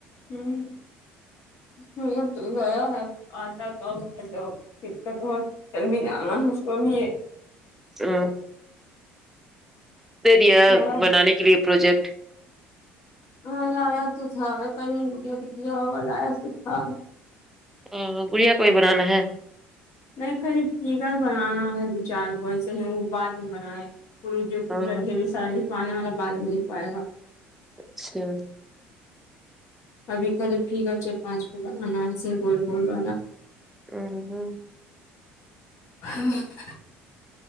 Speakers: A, on the left; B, in the centre.
A: ہ اب تو گیا ہے آتا کب ہے تو اب پک تو بہ چل بھی جانا ہے اس کو بھی یہ
B: ام دے دیا
A: کرا ہے
B: بنانے کے لیے پروجیکٹ
A: ہاں لایا تو تھا کئی بیا کے دیا ہوگا لایا تو تھا
B: ہ گڑیا کو ہی بنا نا ہے
A: نہیں خالی فیگر بنانا ہے دو چار وں کو ایسے ہی وہ بعد میں بنائے پ پھول
B: ہاں
A: ڈھیر سارا لکھوانے والا بارے میں لکھوائے گا
B: اچھا
A: ابھی کل پھیکا چار پانچ کو بنانا ایسے گول گول والا
B: ا ہوں
A: ہا